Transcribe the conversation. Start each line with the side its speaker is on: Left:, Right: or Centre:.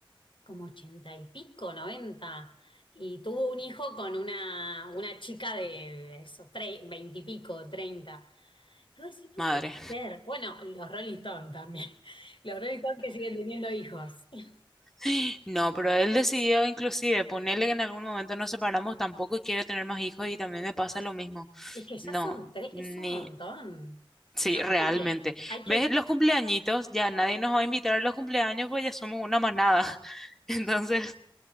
Left: como ochenta y pico, noventa, y tuvo un hijo con una, una chica de, de eso, tre- veinte y pico, treinta. Y vos decís, no
Centre: Madre.
Left: puede ser. Bueno, los Rolling Stones también. <laughs> Los Rolling Stones que siguen teniendo hijos. <laughs>
Centre: <gasps> No, pero él decidió inclusive ponerle que en algún momento nos separamos, tampoco quiere tener más hijos y también me pasa lo mismo.
Left: Es que ya
Centre: No,
Left: son tres,
Centre: ni.
Left: es un montón.
Centre: Sí,
Left: Y aparte
Centre: realmente.
Left: que hay
Centre: ¿Ves
Left: que,
Centre: los cumpleañitos? Ya nadie nos va a invitar a los cumpleaños porque ya somos una manada. <laughs> Entonces,